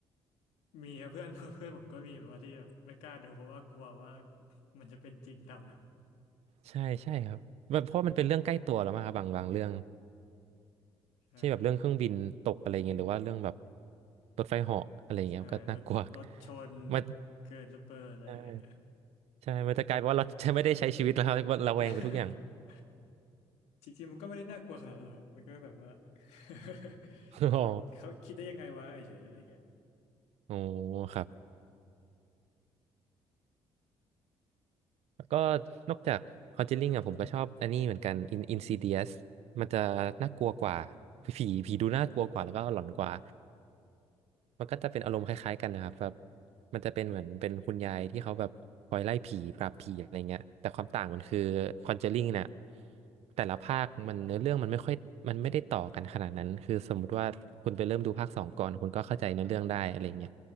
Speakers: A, on the left; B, on the right.
A: มีครับเพื่อน <laughs> เพื่อนผมก็มีแบบว่าที่แบบไม่กล้าดูเพราะว่ากลัวว่ามันจะเป็นจริงตามหนัง
B: ใช่ใช่ครับแบบเพราะมันเป็นเรื่องใกล้ตัวแล้วมั้งครับบางบางเรื่อง
A: ใช่ครับ
B: เช่นแบบเรื่องเครื่องบินตกอะไรเงี้ยหรือว่าเรื่องแบบรถไฟเหาะอะไรเงี้ยมันก็น่ากลัว
A: ใช่รถรถชน
B: มัน
A: เกิดระเบิดอะไรอย่างเงี้ย
B: ใช่ใช่มันจะกลายเป็นว่าเราจะไม่ได้ใช้ชีวิตแล้ว <laughs> ครับว่าระแวงไปทุกอย่าง
A: <laughs> จริงๆมันก็ไม่ได้น่ากลัวขนาดนั้นหรอกครับมันก็แบบว่า <laughs>
B: <laughs>
A: แบบว่าเขาคิดได้ยังไงวะไอ้เฉยอะไรอย่างเงี้ย
B: อ๋อโอ้ครับแล้วก็นอกจาก Conjuring อ่ะผมก็ชอบอันนี้เหมือนกัน In Insidious มันจะน่ากลัวกว่าผีผีดูน่ากลัวกว่าแล้วก็หลอนกว่า มันก็จะเป็นอารมณ์คล้ายๆกันนะครับแบบมันจะเป็นเหมือนเป็นคุณยายที่เขาแบบคอยไล่ผีปราบผีอะไรเงี้ยแต่ความต่างมันคือคอนเจอริงเนี่ยแต่ละภาคมันเนื้อเรื่องมันไม่ค่อยมันไม่ได้ต่อกันขนาดนั้นคือสมมุติว่าคุณไปเริ่มดูภาคสองก่อนคุณก็เข้าใจเนื้อเรื่องได้อะไรเงี้ย